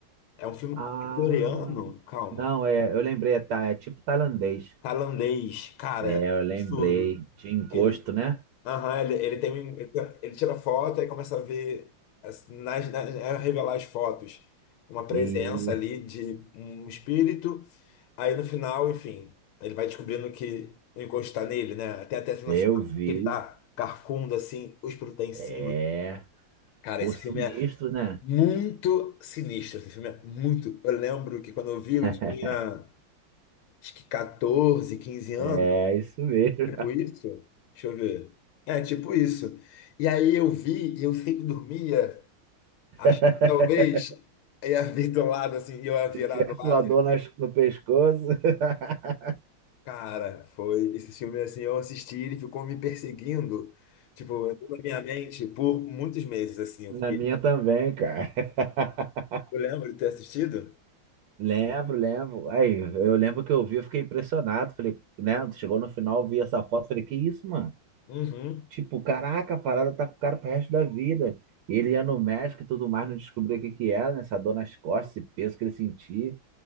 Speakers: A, on the left; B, on the right.
A: É um filme
B: Ah,
A: coreano, calma.
B: não, é, eu lembrei, é, ta- é tipo tailandês.
A: Tailandês, cara,
B: É, eu lembrei
A: é absurdo.
B: de encosto,
A: Que ele,
B: né?
A: aham, ele, ele tem, ele, ele tira foto e começa a ver, as- nas, nas- a revelar as fotos, uma presença
B: Isso,
A: ali de um espírito. Aí no final, enfim, ele vai descobrindo que o encosto está nele, né? Até até na
B: eu
A: final,
B: vi.
A: que ele tá carcundo assim, o espírito tá em cima.
B: É,
A: Cara,
B: por
A: esse
B: sinistro,
A: filme é
B: né?
A: muito sinistro. Esse filme é muito. Eu lembro que quando eu vi,
B: <laughs>
A: eu tinha. acho que 14, quinze anos,
B: É, isso mesmo.
A: tipo isso. Deixa eu ver. É, tipo isso. E aí eu vi, e eu sempre dormia, acho
B: <laughs>
A: que talvez ia vir do lado, assim, eu ia virar
B: Se tivesse
A: do lado.
B: uma dor
A: e-
B: nas- no pescoço. <laughs>
A: Cara, foi esse filme, assim, eu assisti, ele ficou me perseguindo, tipo, na minha mente por muitos meses, assim, eu
B: Na
A: fiquei...
B: minha também, cara. <laughs>
A: Eu lembro de ter assistido?
B: Lembro, lembro. Aí, eu lembro que eu vi, eu fiquei impressionado. Falei, né? Chegou no final, eu vi essa foto, falei, que isso, mano?
A: Uhum.
B: Tipo, caraca, a parada tá com o cara pro resto da vida. E ele ia no médico e tudo mais, não descobria o que que era, né? Essa dor nas costas, esse peso que ele sentia.